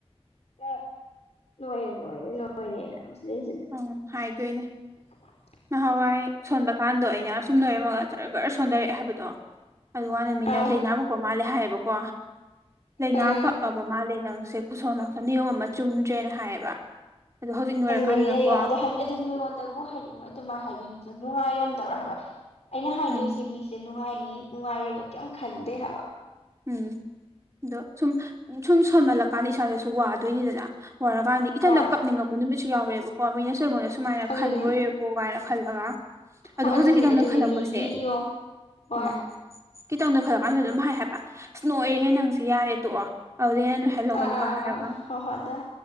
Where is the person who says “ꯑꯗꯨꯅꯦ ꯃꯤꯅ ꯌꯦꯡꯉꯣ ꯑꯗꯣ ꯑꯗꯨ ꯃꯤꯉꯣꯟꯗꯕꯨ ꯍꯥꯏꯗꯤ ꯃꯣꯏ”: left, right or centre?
Left